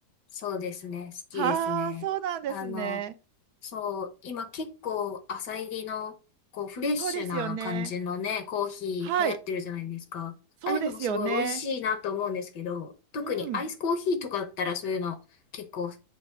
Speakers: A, on the left; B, on the right.
A: そうですね。好きですね。
B: はあ、そうなんですね。
A: あの、そう、今結構浅入りの、こう、フレッシュな感じのね、
B: そうですよね。
A: コーヒー流行ってるじゃないですか。
B: はい。そうですよね。
A: ああいうのもすごい美味しいなと思うんですけど、特にアイスコーヒーとかだったらそういうの結構好
B: うん。